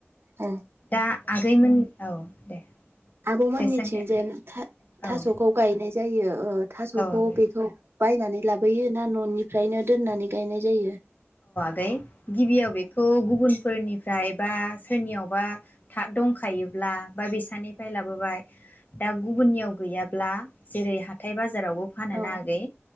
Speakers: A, on the right (about 55°); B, on the left (about 40°).
A: औ
B: दा आगैमोन औ दे
A: आब मोननिथि
B: दे सों दे
A: जे नुथा
B: औ
A: थासखौ
B: औ
A: गायनो नाय जायो ओ थास'खौ
B: आगै
A: बेखौ बायनानै लाबोयो ना न'निफ्रायनो दोननानै गायनाय जायो
B: गै गिबियाव बे खौ गुबुनफोरनिफ्राय बा सोरनियावबा था दं खायोब्ला बा बेसनिफ्राय लाबोबाय दा गुबुननियाव गैयाब्ला जेरै हा थाइ बाज जारावबो फानो
A: औ
B: ना आगै